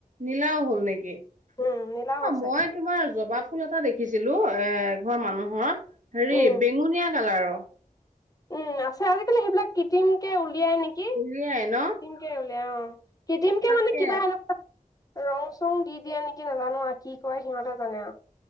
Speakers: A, on the right; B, on the left.
A: নীলাও হল নেকি?
B: উম নীলাও
A: অ
B: আছে
A: মই তোমাৰ জবাব। ফুল এটা দেখিছিলো এ এঘৰ মানুহৰ। হেৰি
B: উম
A: বেঙুনীয়া। কালাৰৰ আৰু
B: উম আছে আজিকালি সেইবিলাক ক্ৰিটিমকে। দিয়ে নেকি ক্ৰিটিমকে।।
A: উলিয়াই ন
B: তেওঁৰ ক্ৰিটিম কে
A: তাকে
B: মানে কিবা এনেকা। ৰং চং দি দিয়ে নেকি নাজানো আৰু কি কৰে সিহঁতে জানে আৰু।